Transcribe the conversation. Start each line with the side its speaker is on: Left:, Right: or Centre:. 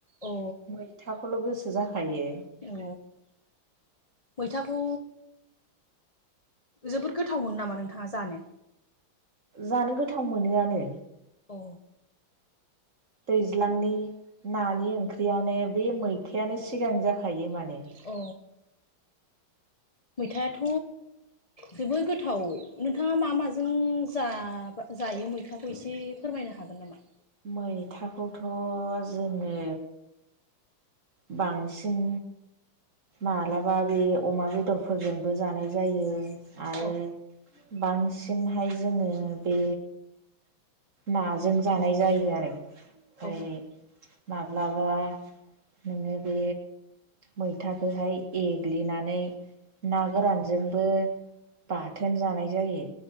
Left: अ
Right: मैथाखौल' गोसो जाखायो।
Left: औ मैथाखौ जोबोद गोथाव मोनो नामा नोंथाङा जानो?
Right: जानो गोथाव मोनोआनो।
Left: औ
Right: दैज्लांनि नानि ओंख्रियानो बे मैथायानो सिगां जाखायो माने।
Left: अ मैथायाथ' जोबोद गोथाव नोंथाङा मा माजों जाबा जायो मैथाखौ एसे फोरमायनो हागोन नामा?
Right: मैथाखौथ' जोङो बांसिन मालाबा बे अमा बेदरफोरजोंबो जानाय जायो आरो
Left: औ
Right: बांसिनहाय जोङो बे नाजों जानाय जायो आरो
Left: औ
Right: ओमफाय माब्लाबा नोङो बे मैथाखोहाय एग्लिनानै ना गोरानजोंबो
Left: औ
Right: बाथोन जानाय जायो।